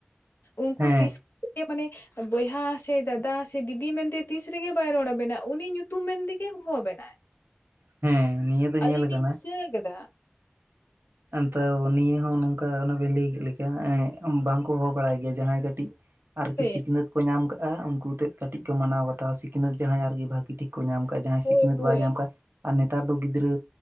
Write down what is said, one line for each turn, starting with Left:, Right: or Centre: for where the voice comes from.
Left: ᱩᱱᱠᱩ
Right: ᱦᱮᱸ
Left: ᱛᱤᱥ ᱠᱚ ᱢᱟᱱᱮ ᱵᱚᱭᱦᱟ ᱥᱮ ᱫᱟᱫᱟ ᱥᱮ ᱫᱤᱫᱤ ᱢᱮᱱᱛᱮ ᱛᱤᱥ ᱨᱮᱜᱮ ᱵᱟᱭ ᱨᱚᱲᱟᱵᱮᱱᱟ ᱩᱱᱤ ᱧᱩᱛᱩᱢ ᱢᱮᱱᱛᱮᱜᱮ ᱦᱚᱦᱚ ᱟᱵᱮᱱᱟ
Right: ᱦᱮᱸ ᱱᱤᱭᱟᱹ ᱫᱚ
Left: ᱟᱹᱞᱤᱧ
Right: ᱧᱮᱞ ᱟᱠᱟᱱᱟ
Left: ᱞᱤᱧ ᱫᱤᱥᱟᱹ ᱠᱟᱫᱟ,
Right: ᱛᱚ ᱱᱤᱭᱟᱹ ᱦᱚᱸ ᱱᱚᱝᱠᱟ ᱚᱱᱟ ᱵᱤᱱ ᱞᱟᱹᱭ ᱠᱮᱫ ᱞᱮᱠᱟ ᱵᱟᱝᱠᱚ ᱦᱚᱦᱚ ᱵᱟᱲᱟᱭ ᱜᱮᱭᱟ᱾ ᱡᱟᱦᱟᱸᱭ ᱠᱟᱹᱴᱤᱡ ᱟᱨᱠᱤ
Left: ᱦᱳᱭ
Right: ᱥᱤᱠᱷᱱᱟᱹᱛ ᱠᱚ ᱧᱟᱢ ᱠᱟᱜᱼᱟ ᱩᱱᱠᱩ ᱛᱮᱫ ᱠᱟᱹᱴᱤᱡ ᱠᱚ ᱢᱟᱱᱟᱣ ᱵᱟᱛᱟᱣᱟ ᱥᱤᱠᱷᱱᱟᱹᱛ ᱡᱟᱦᱟᱸᱭ ᱟᱨᱠᱤ ᱵᱷᱟᱹᱜᱤ ᱴᱷᱤᱠ ᱠᱚ ᱧᱟᱢ ᱠᱟᱜ-ᱟ ᱡᱟᱦᱟᱸᱭ
Left: ᱦᱳᱭ
Right: ᱥᱤᱠᱷᱱᱟᱹᱛ
Left: ᱦᱳᱭ
Right: ᱵᱟᱭ ᱧᱟᱢ ᱠᱟᱜ-ᱟ ᱟᱨ ᱱᱮᱛᱟᱨ ᱫᱚ ᱜᱤᱫᱽᱨᱟᱹ